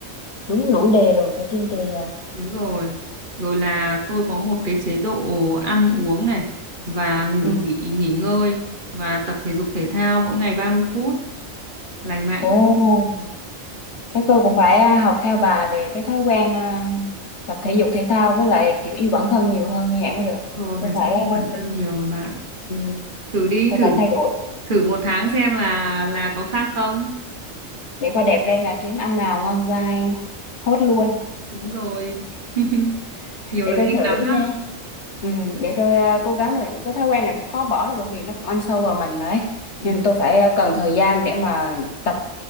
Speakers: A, on the left; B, on the right.
A: đúng đủ đều phải kiên trì à.
B: Đúng rồi. Rồi là tôi có một cái chế độ ăn uống này và ngủ
A: Ừ.
B: nghỉ nghỉ ngơi và tập thể dục thể thao mỗi ngày 30 phút lành mạnh
A: Ồ, thế tôi cũng phải à, học theo bà về cái thói quen à, tập thể dục thể thao với lại kiểu yêu bản thân nhiều hơn như vậy mới được.
B: rồi
A: Tôi
B: và
A: phải
B: chăm sóc bản
A: à,
B: thân nhiều mà bạn.
A: ừ,
B: Thử đi,
A: tôi
B: thử
A: phải thay đổi.
B: thử một tháng xem là là có khác không.
A: để coi đẹp lên là kiếm ăn nào ngon dai hốt luôn
B: Đúng rồi. <laughs> Nhiều
A: để
B: lợi
A: tôi
B: ích
A: thử
B: lắm
A: nha
B: đó.
A: ừ, để tôi à, cố gắng rồi cái thói quen này cũng khó bỏ đâu bởi vì nó cũng ăn sâu vào mình đấy
B: Đúng
A: nên tôi phải à, cần thời gian để mà tập